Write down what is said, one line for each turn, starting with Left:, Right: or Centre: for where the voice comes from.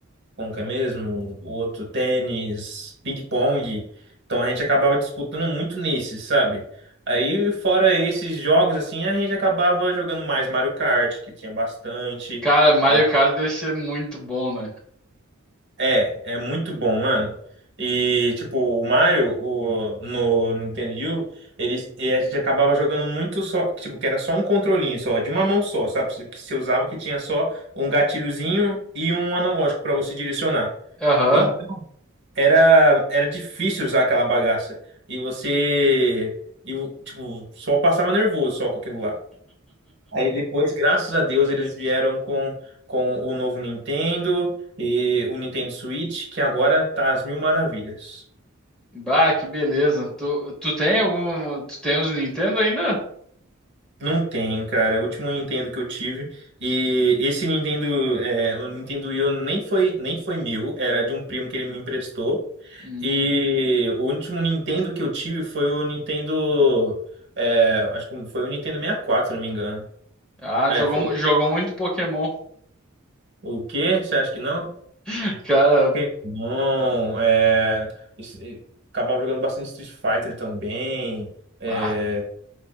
Right: como que é mesmo? O outro, tênis, ping-pong. Então a gente acabava disputando muito nesses, sabe? Aí, fora esses jogos, assim, a gente acabava jogando mais Mario Kart, que tinha bastante.
Centre: Cara, Mario
Right: é,
Centre: Kart deve ser muito bom, né?
Right: É, é muito bom, mano. E, tipo, o Mario, o, no Nintendo Wii, U, ele, e a gente acabava jogando muito só, tipo, que era só um controlinho, só, de uma mão só, sabe? Se- Que você usava que tinha só um gatilhozinho e um analógico pra você direcionar.
Centre: Aham.
Right: Então, era, era difícil usar aquela bagaça. E você, e, o- tipo, só passava nervoso só com aquilo lá. Aí depois, graças a Deus, eles vieram com, com o novo Nintendo e o Nintendo Switch, que agora tá às mil maravilhas.
Centre: Bah, que beleza. Tu, tu tem algum. Tu tem os Nintendo ainda?
Right: Não tem, cara. O último Nintendo que eu tive. E esse Nintendo, é, o Nintendo Wii U nem foi, nem foi meu, era de um primo que ele me emprestou.
Centre: Hum.
Right: E o último Nintendo que eu tive foi o Nintendo. é, acho que foi o Nintendo 64, se não me engano.
Centre: Ah,
Right: É,
Centre: jogou,
Right: foi.
Centre: mu- jogou muito Pokémon.
Right: O quê? Você acha que não?
Centre: <laughs> Cara,
Right: Pokémon, é, isso- e- acabava jogando bastante Street Fighter também, é,
Centre: pá.